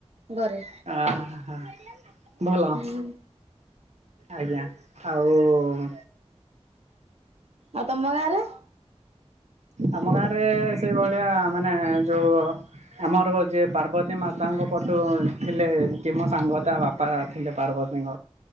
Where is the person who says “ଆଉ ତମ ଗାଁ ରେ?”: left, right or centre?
Right